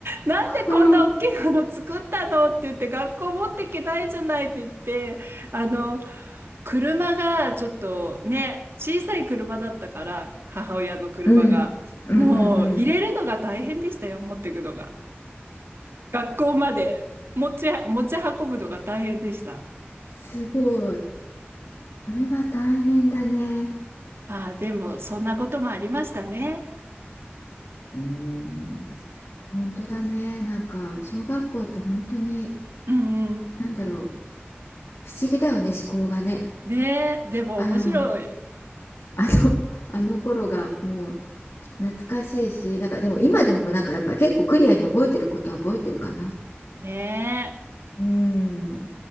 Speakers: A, on the right; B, on the left.
A: なんでこんな大きなの作ったのって言って、
B: <laughs> うん。
A: 学校持っていけないじゃないって言って、あの、車がちょっとね、小さい車だったから、母親の車が。
B: うん。うんうんうん。
A: もう入れるのが大変でしたよ、持っていくのが。学校まで持ち、持ち運ぶのが大変でした。
B: すごい。これは大変だね。
A: まあでも、そんなこともありましたね。
B: うーん。本当だね。なんか、小学校って本当に、
A: うんうん。
B: なんだろう。不思議だよね、思考がね。
A: ねえ、でも面白い。
B: あの、あの、<laughs> あの頃がもう、懐かしいし、なんかでも今でもなんかやっぱり結構クリアに覚えてることは覚えてるかな。
A: ね
B: うん。